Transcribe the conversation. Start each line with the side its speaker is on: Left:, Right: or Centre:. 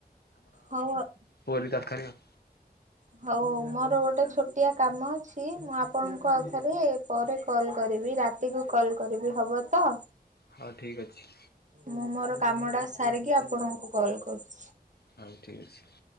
Right: ହଉ ଆ
Left: ପୁରୀ ତରକାରୀ ଆଉ।
Right: ହଉ ମୋର ଗୋଟେ ଛୋଟିଆ କାମ ଅଛି ମୁଁ ଆପଣଙ୍କୁ ଆଉ ଥରେ ପରେ କଲ୍ କରିବି ରାତିକୁୁ କଲ୍ କରିବି ହବ ତ?
Left: ହଉ ଠିକ୍ ଅଛି।
Right: ମୁଁ ମୋର କାମଟା ସାରିକି ଆପଣଙ୍କୁ କଲ୍ କରୁ
Left: ହଉ ଠିକ୍ ଅଛି।